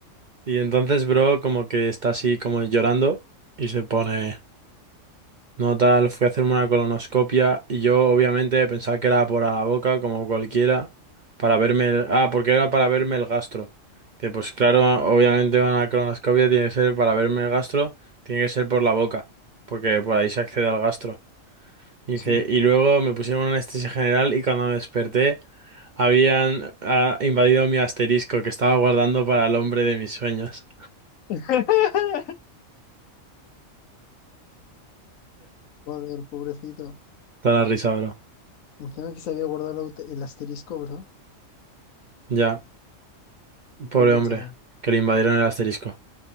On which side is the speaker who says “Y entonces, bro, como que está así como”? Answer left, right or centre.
Right